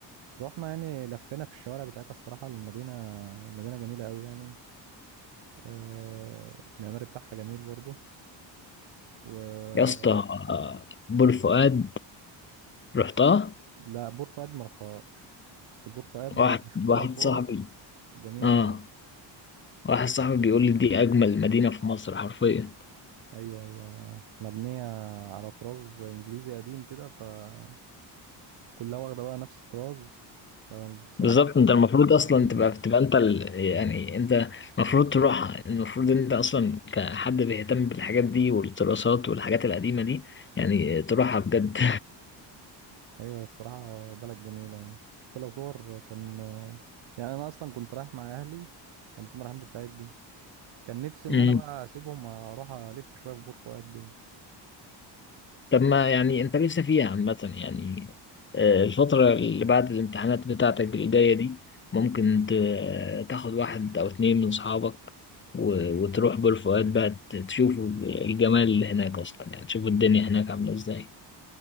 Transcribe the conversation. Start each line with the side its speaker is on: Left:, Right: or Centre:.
Right: رحنا يعني لفينا في الشوارع بتاعتها الصراحة المدينة مدينة جميلة أوي يعني آه، المعماري بتاعها جميل برضو و
Left: يا اسطى آه، بور فؤاد رحتها
Right: لا بور فؤاد ما رحتهاش بس بور فؤاد
Left: واحد
Right: شفت
Left: واحد
Right: لها صور
Left: صاحبي
Right: جميلة
Left: اه
Right: أوي
Left: واحد صاحبي بيقول لي دي اجمل مدينه في مصر حرفيا
Right: أيوة هي مبنية على طراز إنجليزي قديم كده فكلها واخدة بقى نفس الطراز فالصراحة
Left: بالظبط انت المفروض
Right: مكانة
Left: اصلا
Right: جميلة
Left: تبقى تبقى انت ال... يعني انت المفروض تروحها المفروض انت اصلا كحد بيهتم بالحاجات دي والدراسات والحاجات القديمة دي يعني تروحها بجد
Right: أيوة الصراحة بلد جميلة يعني شفت لها صور كان يعني أنا أصلا كنت رايح مع أهلي لما كنا رايحين بورسعيد دي كان نفسي إن
Left: <laughs> امم.
Right: أنا بقى أسيبهم أروح ألف شوية في بور فؤاد دي
Left: طب ما يعني انت لسه فيها عامة يعني آه، الفترة اللي بعد الامتحانات بتاعتك الجاية دي ممكن ت- تاخد واحد او اتنين من صحابك و... وتروح بالفؤاد بقى ت- تشوفوا الجمال اللي هناك اصلا يعني تشوفوا الدنيا هناك عاملة ازاي